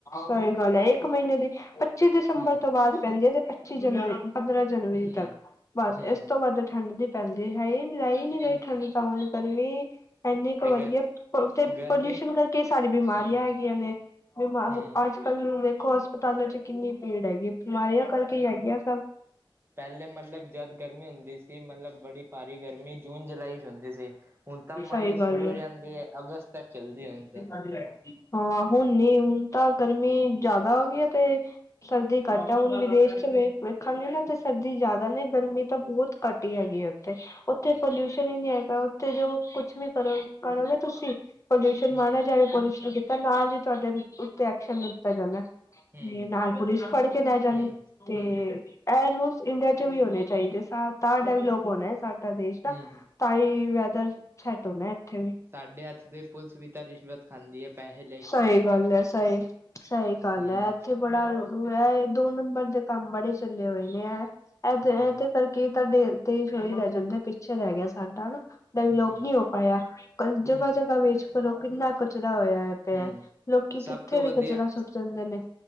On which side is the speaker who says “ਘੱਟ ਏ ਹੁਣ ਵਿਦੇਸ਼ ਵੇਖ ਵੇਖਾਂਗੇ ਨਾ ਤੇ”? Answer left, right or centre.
Left